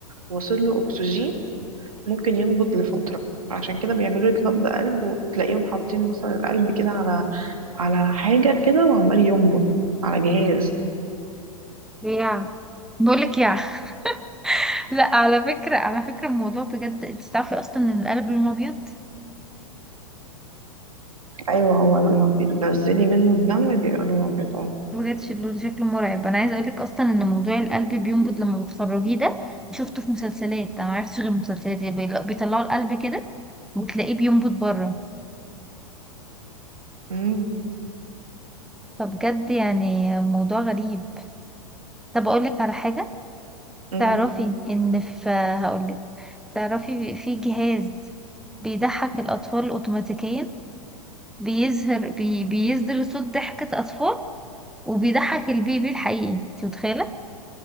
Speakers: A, on the right (about 75°); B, in the centre.
A: وصل له أكسجين ممكن ينبض لفترة عشان كده بيعملوا لك نبض قلب وتلاقيهم حاطين مثلا القلب كده على على حاجة كده وعمال ينبض على جهاز
B: يا بقولك يا <laughs> لا على فكرة على فكرة الموضوع بجد انت تعرفي اصلا ان القلب لونه ابيض
A: ايوه هو لما بتنزلي منه الدم بيبقى لونه ابيض اه
B: بجد شكله شكله مرعب انا عايزه اقولك اصلا ان موضوع القلب بينبض لما بتخرجيه ده شفته في مسلسلات انا ما عرفتش غير المسلسلات يعني بيلا- بيطلعوا القلب كده وتلاقيه بينبض بره
A: أمم،
B: فبجد يعني موضوع غريب طب اقولك على حاجه
A: أمم،
B: تعرفي ان في هقولك تعرفي في جهاز بيضحك الاطفال اوتوماتيكيا بيظهر بي... بيصدر صوت ضحكه اطفال وبيضحك البيبي الحقيقي انت متخيله